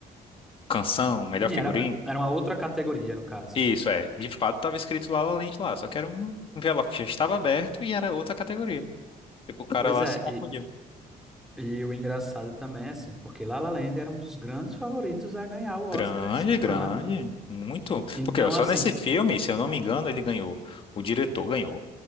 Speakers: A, on the left; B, in the centre.
A: canção, melhor
B: Sim,
A: figurino.
B: era, era uma outra categoria, no caso.
A: Isso é, de fato tava escrito La La Land lá, só que era um envelope que já estava aberto e era outra categoria. Tipo, o cara
B: Pois
A: lá
B: é,
A: se confundiu.
B: e, e o engraçado também, é assim, porque La La Land era um dos grandes favoritos a ganhar o Oscar
A: Grande,
B: esse
A: grande,
B: ano, né?
A: muito.
B: Então,
A: Porque ó, só
B: assim,
A: nesse filme, se eu não me engano, ele ganhou. O diretor ganhou.